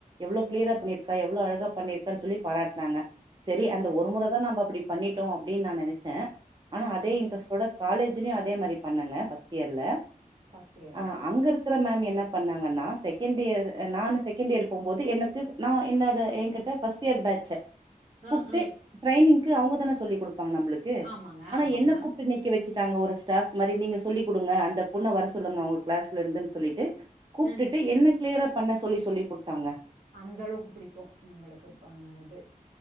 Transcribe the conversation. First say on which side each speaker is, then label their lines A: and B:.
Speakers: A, on the right; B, on the right.
A: எவ்ளோ
B: ம்,
A: க்ளியரா
B: ம்.
A: பண்ணிருக்கா எவ்ளோ அழகா பண்ணிரு ருக்கா சொல்லி பாராட்னாங்க செரி
B: அ,
A: அந்த
B: அ,
A: ஒரு முறைதான் நம்ம அப்படி பண்ணிட்டோம் அப்படின்னு நான் நினைச்சேன் ஆனா
B: அ,
A: அதே
B: அ.
A: இன்டரெஸ்ட் காலேஜ்லையும் அதே மாதிரி பண்ணுங்க பர்ஸ்ட் இயர்ல
B: ஃபர்ஸ்ட் இயர்ல.
A: அஹ் அங்க
B: அ,
A: இருக்கிற மேம் என்ன பண்ணாங்கன்னா செ இந்த இயர்
B: ம்.
A: நானும் செகண்ட் இயர் போகும்போது எனக்கு நான் என்னோட என்கிட்ட பர்ஸ்ட் இயர் பேட்ச்
B: அ,
A: குப்புட்டு
B: அ.
A: ட்ரைனீங் க்கு அவங்க தான சொல்லி கொடுத் ங்க நம்மளுக்கு
B: ஆமாங்க,
A: ஆனா
B: ஆமாங்க.
A: என்ன கூப்ட் நிக்க வச்சுட்டாங்க ஒரு ஸ்டாப் மாதிரி நீங்க சொல்லி் கொடுங்க அந்த பொண்ணை வர சொல்லுங்க அவங்க கிளாஸ்ல இருந்துன்னு சொல்லிட்டு கூப்பிட்டுட்டு
B: அ
A: என்ன கிளியரா பண்ண சொல்லி சொல்லி கொடுத்தாங்க
B: அந்த அளவுக்கு பிடிக்கும் உங்களுக்கு ஆஹ் இது